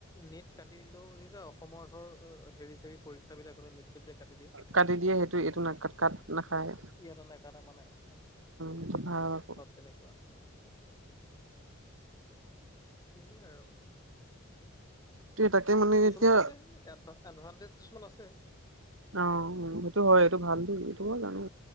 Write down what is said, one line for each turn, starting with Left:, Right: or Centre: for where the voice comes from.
Left: নেট কাটিলেও যে অসমৰ ধৰ হেৰি সেই পৰীক্ষা বিলাক হলে নেট চেট যে কাটি দিয়ে।
Right: কাটি দিয়ে সেইটো এইটো ন কাট কাট নাখায়
Left: ইয়াত নেকাতে মানে, উম।
Right: সেইটো ভাল আকৌ
Left: ভাব তেনেকুৱা। সেয়ে আৰু।
Right: তে তাকে মানে
Left: কিছুমান
Right: এতিয়া
Left: আছে, এডভানটেজ কিছুমান আছে।
Right: অ', সেইটো হয় এইটো ভাল দেই, এইটো মই জানোঁ।